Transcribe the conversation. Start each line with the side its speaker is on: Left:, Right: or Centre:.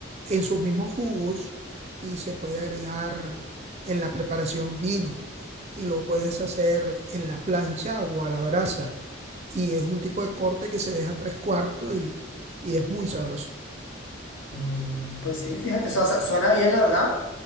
Right: en sus mismos jugos y se puede agregar en la preparación vino y lo puedes hacer en la plancha o a la brasa. Y es un tipo de corte que se deja tres cuartos y, y es muy sabroso.
Left: Mm, pues sí, fíjate, eso hace- suena bien, la verdad.